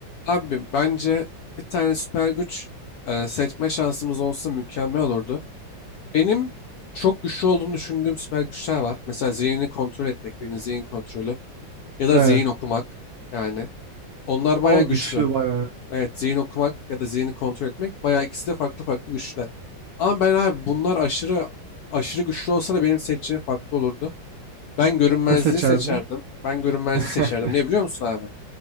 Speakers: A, on the left (about 75°); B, on the right (about 70°).
A: Abi bence bir tane süper güç e, seçme şansımız olsa mükemmel olurdu. Benim çok güçlü olduğunu düşündüğüm süper güçler var. Mesela zihnini kontrol etmek, birinin zihin kontrolü ya da
B: Evet.
A: zihin okumak yani. Onlar
B: O
A: bayağı güçlü.
B: güçlü bayağı.
A: Evet, zihin okumak ya da zihni kontrol etmek bayağı ikisi de farklı farklı güçler. Ama ben abi bunlar aşırı aşırı güçlü olsa da benim seçeceğim farklı olurdu. Ben görünmezliği
B: Ne seçerdin?
A: seçerdim. Ben görünmezliği
B: <laughs>
A: seçerdim. Ne biliyor musun abi?